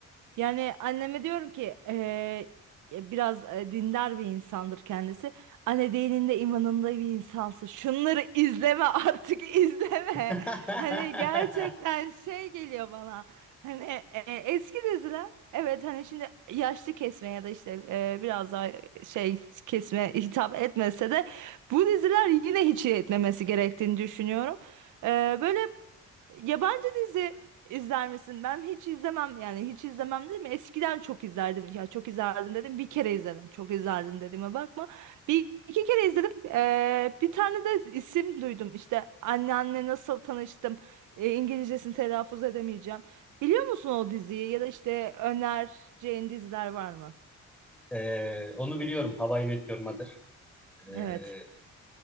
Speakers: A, on the right; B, in the centre.
A: Yani anneme diyorum ki eee, e, biraz e, dindar bir insandır kendisi. Anne dininde imanında bir insansın. Şunları izleme artık <laughs> izleme.
B: <laughs>
A: Hani gerçekten şey geliyor bana. Hani e, e, eski diziler evet hani şimdi yaşlı kesme ya da işte e, biraz daha şey kesme hitap etmese de bu diziler yine hiç etmemesi gerektiğini düşünüyorum. Eee, böyle Yabancı dizi izler misin? Ben hiç izlemem yani hiç izlemem dedim. Eskiden çok izlerdim. Ya çok izlerdim dedim. Bir kere izledim. Çok izlerdim dediğime bakma. Bir iki kere izledim. Ee, bir tane de isim duydum. İşte anneanne nasıl tanıştım. Ee, İngilizcesini telaffuz edemeyeceğim. Biliyor musun o diziyi ya da işte önereceğin diziler var mı?
B: E, onu biliyorum. How I Met Your Mother. E,
A: Evet.